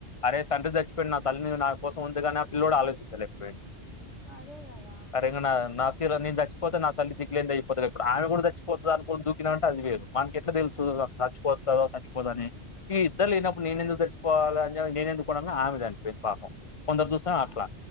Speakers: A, on the left; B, on the left.
A: అరే తండ్రి చచ్చిపోయిడు నా తల్లి నా కోసం ఉంది కదా అని ఆ పిల్లడు ఆలోచించలేకపోయింది
B: అదే కదా
A: సరేంగా నాకు నేను చచ్చిపోతే నాకు తల్లి దికులేని అయిపోతుంది ఇప్పుడు ఆమె కూడా చచ్చిపోతుంది అనుకోని కూడా దూకినంటే అది వానికి ఎట్లా తెలుసు చచ్చిపోతాదో చచ్చిపోదో అని పోదని ఈ ఇద్దరు లేనప్పుడు నేను ఎందుకు సచ్చిపోవాలని అని నేను ఎందుకు ఉండాలని ఆమె చచ్చిపోయింది పాపం కొందరు సూక్తనేమో
B: ఆ
A: అట్ల